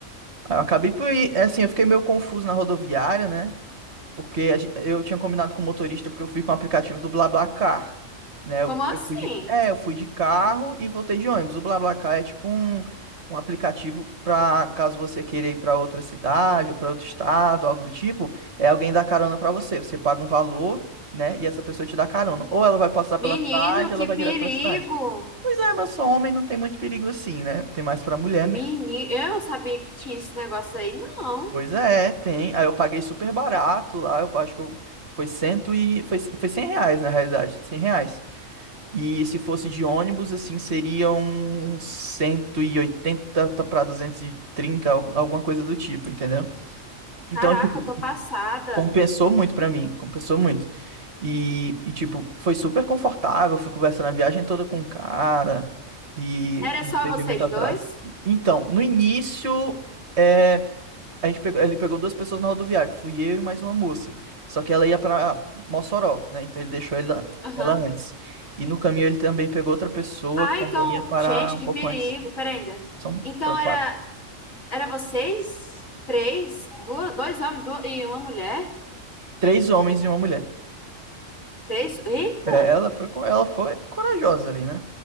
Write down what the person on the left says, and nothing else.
Como
assim?
Menino,
que
perigo!
Menino,
eu não sabia que tinha esse negócio aí, não.
Caraca,
eu tô passada.
Era
só
vocês
dois?
Aham.
Ah,
então,
gente,
que
perigo.
Pera ainda.
Então
era,
era vocês três? Duas, dois homens duas- e uma mulher?
Três? Eita!